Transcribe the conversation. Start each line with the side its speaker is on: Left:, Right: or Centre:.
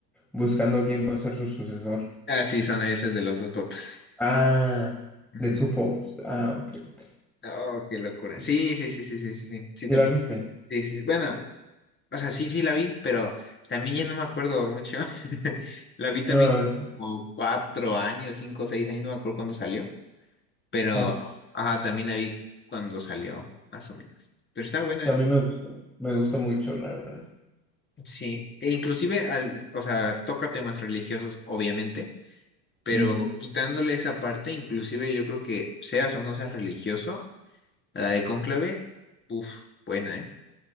Centre: buscando quién va a ser su sucesor.
Left: Ah, sí, son, ese es de los dos papas.
Centre: Ah,
Left: Ujú.
Centre: The Two Popes. Ah, ok, ok.
Left: Oh, qué locura.
Centre: Sí.
Left: Sí, sí, sí, sí, sí, sí, sí, sí,
Centre: ¿Y
Left: también.
Centre: la viste?
Left: Sí, sí, sí. Bueno, o sea, sí, sí la vi, pero también ya no me acuerdo mucho. <laughs> La vi también
Centre: No, es-
Left: como cuatro años, cinco, seis años, no me acuerdo cuándo salió, pero,
Centre: as-
Left: ajá, también la vi cuando salió, más o menos. Pero está buena.
Centre: a mí me gustó, me gustó mucho, la verdad.
Left: Sí, e inclusive, al, o sea, toca temas religiosos, obviamente Pero
Centre: Ujú,
Left: quitándole esa parte, inclusive yo creo que seas o no seas religioso, la de Cónclave, uff, buena, ¿eh?